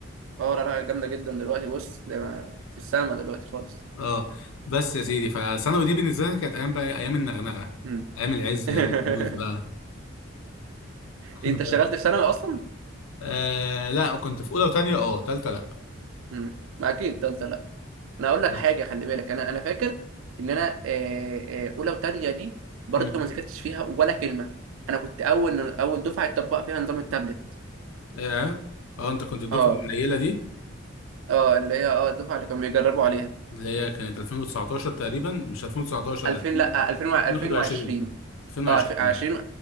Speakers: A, on the right; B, on the left.
A: اه زراعه جامده جدا دلوقتي بص ده ما- في السما دلوقتي خالص
B: اه بس يا سيدي فثانوي دي بالنسبه لي كانت ايام بقى إيه، ايام النغنغه
A: امم
B: ايام العز
A: <laughs>
B: ايام الفلوس بقى <laughs>
A: انت اشتغلت في ثانوي اصلا
B: آه لا كنت في اولى وثانيه اه ثالثه لا
A: امم ما اكيد تالتة لا انا اقول لك
B: بس
A: حاجه خلي بالك انا انا فاكر ان انا آه، آه، اولى وتانية دي برضه
B: امم
A: ما ذاكرتش فيها ولا كلمه انا كنت اول اول دفعه يطبق فيها نظام التابلت
B: اه اه انت كنت الدفعه
A: اه
B: القليله دي
A: اه اللي هي اه الدفعه اللي كانوا بيجربوا عليها
B: اللي هي كانت 2019 تقريبا مش 2019
A: 2000
B: 2021
A: لا 2000 و- 2020
B: 2021
A: اه 2000 20